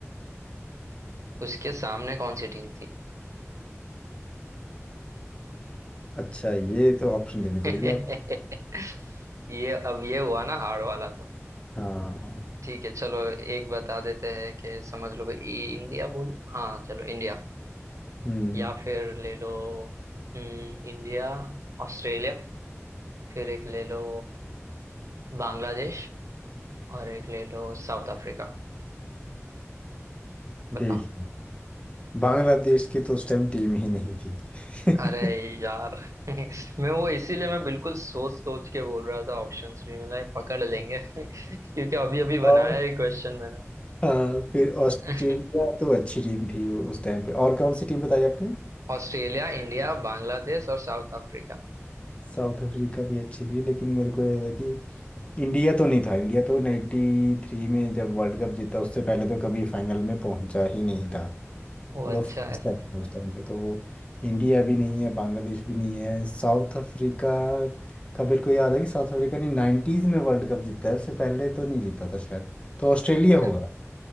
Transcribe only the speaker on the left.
अच्छा ये तो ऑप्शन देनी पड़ेगी
आप
हाँ
हम्म
देखिए बांग्लादेश की तो उस टाइम टीम ही नहीं थी <laughs>
और
हाँ फिर ऑस्ट्रेलिया
तो अच्छी टीम थी वो उस टाइम पे और कौन सी टीम बताई आपने
साउथ अफ्रीका भी अच्छी थी लेकिन मेरे को याद है कि इंडिया तो नहीं था इंडिया तो नाइन्टी थ्री में जब वर्ल्ड कप जीता उससे पहले तो कभी फाइनल में पहुंचा ही नहीं था
वो
तो फ्रेंच
टाइम
था उस टाइम पे तो वो इंडिया भी नहीं है बांग्लादेश भी नहीं है साउथ अफ्रीका का मेरे को याद है कि साउथ अफ्रीका ने नाइन्टीज में वर्ल्ड कप जीता है उससे पहले तो नहीं जीता था शायद तो ऑस्ट्रेलिया
होगा